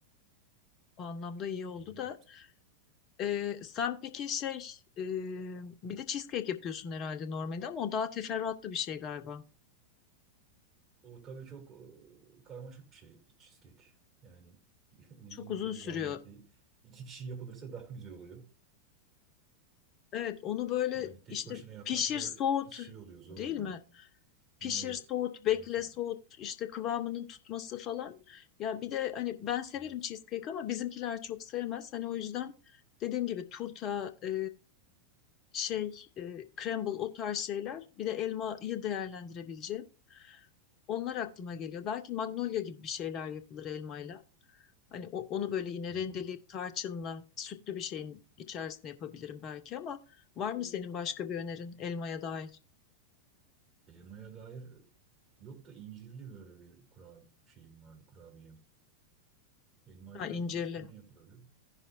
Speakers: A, on the left; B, on the right.
A: O anlamda iyi oldu
B: İyi.
A: da. Ee, sen peki şey e, bir de cheesecake yapıyorsun herhalde normalde ama o daha teferruatlı bir şey galiba.
B: O tabii çok e, karmaşık bir şey cheesecake. Yani <laughs> uzun
A: Çok uzun
B: ve
A: sürüyor.
B: zahmetli. İki kişi yapılırsa daha güzel oluyor.
A: Evet onu böyle
B: Yani tek
A: işte
B: başına yapmak
A: pişir
B: biraz
A: soğut
B: e, şey oluyor, zor
A: değil
B: oluyor.
A: mi? Pişir,
B: Hmm, evet,
A: soğut, bekle,
B: evet, evet,
A: soğut, işte kıvamının tutması falan. Ya bir de hani ben severim
B: evet.
A: cheesecake ama bizimkiler çok sevmez. Hani o yüzden dediğim gibi turta, e, şey, e, crumble o tarz şeyler. Bir de elmayı değerlendirebileceğim. Onlar aklıma geliyor. Belki magnolia gibi bir şeyler yapılır elmayla. Hani o- onu böyle yine
B: Hmm.
A: rendeleyip tarçınla sütlü bir şeyin içerisine yapabilirim belki ama var mı senin başka bir önerin elmaya dair?
B: Elmaya dair e, yok da incirli böyle bir kura şeyim vardı, kurabiyem. Elmayla
A: Ha incirli.
B: başka ne yapılabilir?